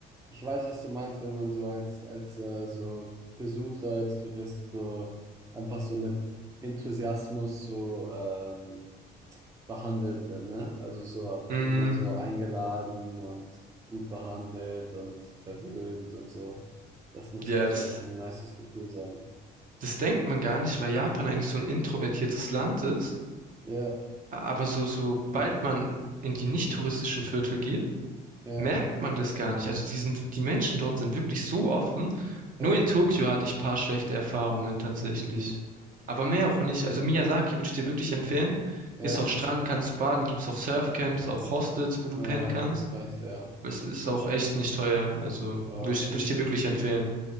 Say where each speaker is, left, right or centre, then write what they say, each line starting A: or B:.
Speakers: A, on the right; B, on the right.
A: Ich weiß, was du meinst, wenn man so als, als äh, so Besucher, als Tourist so einfach so mit Enthusiasmus so ähm, behandelt wird, ne? Also so einfach
B: Mm,
A: immer so eingeladen und gut behandelt und verwöhnt und so. Das muss
B: ja,
A: wahrscheinlich
B: das,
A: ein nices Gefühl sein.
B: das denkt man gar nicht, weil Japan eigentlich so ein introvertiertes Land ist.
A: Ja,
B: Aber so, sobald man in die nicht touristischen Viertel geht,
A: ja,
B: merkt man das gar nicht. Also die sind, die Menschen dort sind wirklich so offen.
A: ja,
B: Nur in Tokio hatte ich ein paar schlechte Erfahrungen tatsächlich.
A: mhm.
B: Aber mehr auch nicht. Also Miyazaki würde ich dir wirklich empfehlen.
A: Ja,
B: Ist auch Strand, kannst du baden, gibt's auch Surfcamps, auch Hostels, wo du
A: ah,
B: pennen
A: ja,
B: kannst.
A: ja. krass, ja.
B: Es ist auch echt nicht teuer. Also
A: Oh,
B: würde ich,
A: das.
B: würd ich dir wirklich empfehlen.